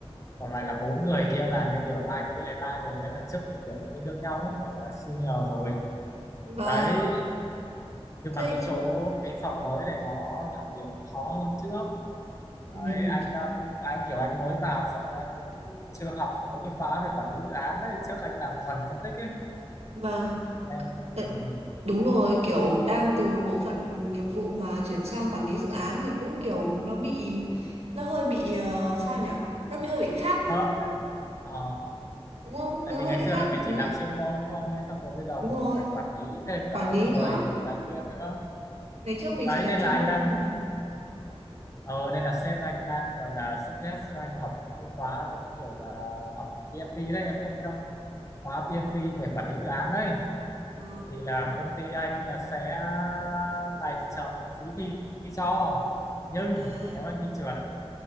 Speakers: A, on the left; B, on the right.
A: còn lại là bốn người kia là như kiểu anh với lại ba người nữa là chức như kiểu tương đương nhau ấy gọi là senior rồi
B: Vâng.
A: đấy nhưng
B: Thế...
A: mà cái chỗ cái phòng mới này nó làm việc nó khó hơn trước đấy,
B: Ừ.
A: anh đang anh kiểu anh mới vào xong rồi anh cũng chưa học mấy cái khóa về quản lý dự án đấy trước anh làm thuần phân tích ấy
B: Vâng.
A: em ừ,
B: Đ- Đúng rồi, kiểu đang từ bộ phận nghiệp vụ mà chuyển sang quản lý dự án thì cũng kiểu nó bị... Nó hơi bị... ờ, sao nhỉ? Nó bị hơi bị khác...
A: khớp đấy ờ
B: Đúng không?
A: tại
B: Nó
A: vì
B: hơi
A: ngày
B: bị
A: xưa
B: khác
A: là
B: một
A: mình
B: tí
A: chỉ làm
B: ấy.
A: chuyên môn thôi xong rồi bây giờ
B: Đúng
A: mình
B: rồi.
A: còn phải quản lý thêm cả
B: Quản
A: con
B: lý
A: người
B: nữa.
A: rồi tài nguyên nữa
B: Ngày trước mình
A: đấy
B: chỉ làm
A: nên
B: chuyên
A: là anh
B: môn
A: đang
B: thôi mà.
A: ờ nên là sếp anh đang gọi là suggest cho anh học một cái khóa giống kiểu là học PMP đấy em biết không khóa PMP về quản lý dự án đấy
B: Ờ.
A: thì là công ty anh là sẽ tài trợ phí thi cho nhưng
B: À.
A: nếu anh thi trượt